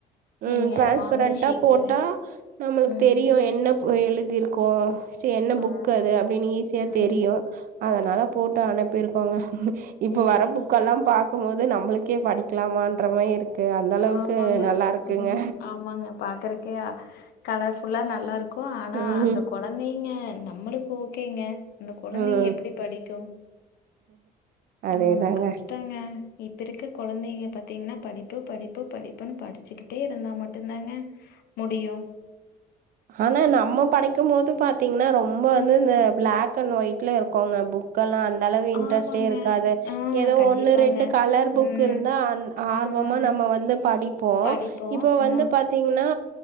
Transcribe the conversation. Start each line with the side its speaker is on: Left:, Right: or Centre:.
Right: ம்
Left: நீங்க
Right: டிரான்ஸ்ப்ரண்டா
Left: வாங்குன ஷீட்டு.
Right: போட்டா நம்மளுக்
Left: ம்.
Right: தெரியு என்னப் எழுதிருக்கோ ஸ்ட் என்ன
Left: அதாதாங்க.
Right: புக் அது அப்டின்னு ஈஸியா
Left: ம்.
Right: தெரியு அதனால போட்டு அனுப்பிருக்கோங்க இப்ப
Left: சரிங்க.
Right: வர புக்கல்லா பாக்கும் போது நம்ளுக்கே படிக்கலாமான்ற மாரி இருக்கு அந்த அளவுக்கு
Left: ஆமாங்க.
Right: நல்லா இருக்குங்க
Left: ம் ஆமாங்க பாக்கறக்கே கலர்ஃபுல்லா நல்லா இருக்கு இருக்கும் ஆனா
Right: ம்
Left: அந்த குழந்தைங்க நம்மளுக்கு ஓகேங்க அந்த குழந்தைங்க
Right: ம்
Left: எப்படி படிக்கும்
Right: அதேதாங்க
Left: ம் கஷ்டங்க இப்ப இருக்க குழந்தைங்க பார்த்தீங்கன்னா படிப்பு படிப்பு படிப்புன்னு படிச்சுக்கிட்டே இருந்தா மட்டுந்தாங்க முடியும்
Right: ஆனா நம்ம படிக்கும் போது பாத்தீங்கன்னா ரொம்ப வந்து
Left: ம்.
Right: இந்த பிளாக் அன்டு வைட் இருக்கோங்க புக்கெல்லாம் அந்த அளவு இன்ட்ரெஸ்ட்டே
Left: ஆமாங்க.
Right: இருக்காது
Left: ஆ
Right: ஏதோ
Left: கண்டிப்பாங்க.
Right: ஒண்ணு ரெண்டு கலர் புக்
Left: ம்.
Right: இருந்தா ஆர்வமா
Left: ஆமாங்க.
Right: நம்ம வந்து படிப்போம்
Left: படிப்போம்.
Right: இப்போ
Left: ஆ
Right: வந்து பாத்தீங்கன்னா